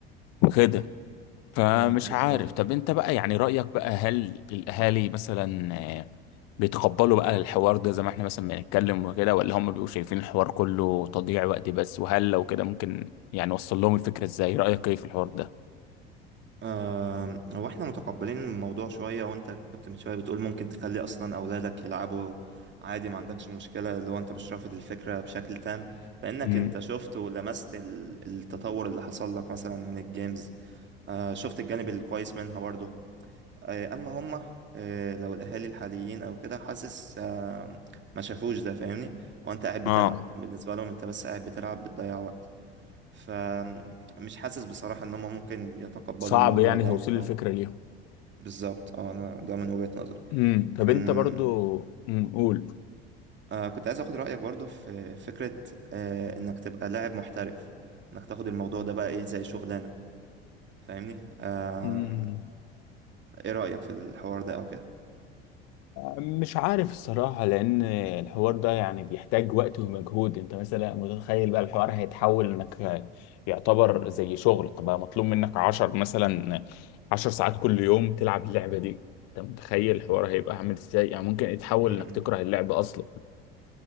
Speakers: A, on the left; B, on the right.
A: وكده فمش
B: مم. بالظبط
A: عارف طب انت بقى يعني رأيك بقى هل الاهالي مثلا آه، بيتقبلوا بقى الحوار ده زي ما احنا مثلا بنتكلم وكده ولا هم بيبقوا شايفين الحوار كله تضييع وقت بس وهل لو كده ممكن يعني وصل لهم الفكرة ازاي رأيك ايه في الحوار ده
B: آم، هو احنا متقبلين الموضوع شوية وانت كنت من شوية بتقول ممكن تخلي اصلا اولادك يلعبوا عادي ما عندكش مشكلة لو انت مش رافض الفكرة بشكل تام لانك
A: امم
B: انت شفت ولمست ال- التطور اللي حصل لك مثلا من الجيمز آه، شفت الجانب الكويس منها برضه آه، اما هما آه، لو الاهالي الحاليين او كده حاسس آم، ما شافوش ده فاهمني وانت قاعد بتلعب
A: اه
B: بالنسبة لهم انت بس قاعد بتلعب بتضيع وقت فمش حاسس بصراحة ان هم ممكن يتقبلوا
A: صعب
B: الموضوع
A: يعني
B: ده
A: توصيل
B: يعني
A: الفكرة
B: او
A: ليهم
B: بالظبط اه انا ده من وجهة نظري
A: امم طب
B: كان
A: انت برضو امم قول
B: آه كنت عايز اخد رأيك برضو في فكرة آه انك تبقى لاعب محترف انك تاخد الموضوع ده بقى ايه زي شغلانة فاهمني آه
A: امم
B: ايه رأيك في الحوار ده او كده
A: مش عارف الصراحة لأن الحوار ده يعني بيحتاج وقت ومجهود انت مثلا متخيل بقى الحوار هيتحول انك يعتبر زي شغل بقى مطلوب منك عشر مثلا عشر ساعات كل يوم تلعب اللعبة دي انت متخيل الحوار هيبقى عامل ازاي يعني ممكن يتحول
B: م-
A: انك تكره اللعبة أصلا